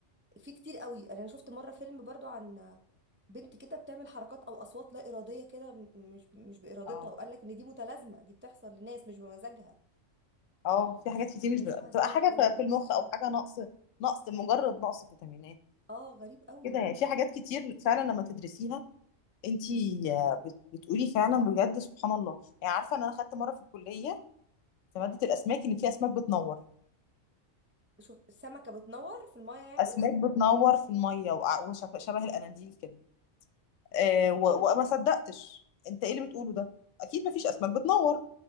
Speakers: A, on the right; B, on the left.
A: في كتير قوي يعني انا شفت مره فيلم برضو عن بنت كده بتعمل حركات او اصوات لا اراديه كده م- مش مش بارادتها
B: اه
A: وقال لك ان دي متلازمه دي بتحصل لناس مش بمزاجها
B: اه في حاجات
A: مش فاكرة
B: كتير مش
A: كان
B: بت-
A: اسمها
B: بتبقى
A: ستوكهولم
B: حاجة في
A: ولا
B: في المخ
A: كان اسمها
B: او حاجة نقص نقص مجرد نقص فيتامينات
A: اه غريب قوي
B: كده يعني في حاجات كتير فعلا لما تدرسيها انت بتقولي فعلا بجد سبحان الله يعني عارفة ان انا خدت مرة في الكلية في مادة الاسماك ان في اسماك بتنور
A: شوف السمكه بتنور في المايه يعني
B: اسماك بتنور في المية وع- وشك- شبه الاناديل كده آه و-
A: <laughs>
B: وما صدقتش انت ايه اللي بتقوله ده اكيد مفيش اسماك بتنور